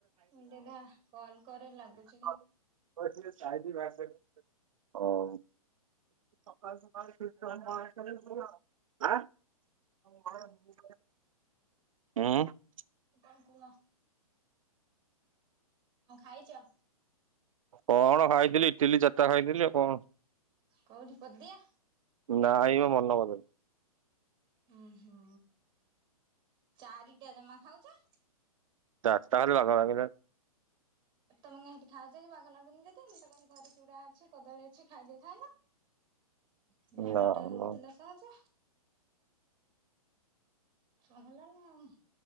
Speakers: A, on the right; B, on the right.
A: ମୁ <unintelligible> କଲ କରେ ଲାଗୁଚି
B: <unintelligible> ହଉ। ହୁଁ?
A: କଣ କୁହ? କଣ ଖାଇଚ?
B: କଣ ଖାଇଥିଲି ଇଟିଲି ଚାରିଟା ଖାଇଥିଲି ଆଉ କଣ?
A: କଉଠି ପଦିଆ?
B: ନାଇ ମ ମନପଦେ।
A: ଓ ହୋ ଚାରିଟା ଜମା ଖାଉଚ?
B: ଚାରିଟା ଲଗା ଲଗି ହେଲାଣି
A: ତମାନେ ସେଠି ଖାଉଚ କି ବାଗ ଲାଗୁନି ଯଦି ମୁଁ ତ କହିଲି ଘରେ ଚୁଡା ଅଛି କଦଳୀ ଅଛି ଖାଇ ଦେଇଥାନ୍ତ, ଝାଡ଼ା
B: ନା
A: ଟା ହଉଥିଲା
B: ମ।
A: ସହଜ। ଇଚ୍ଛା ହେଲାନି ଆଉ।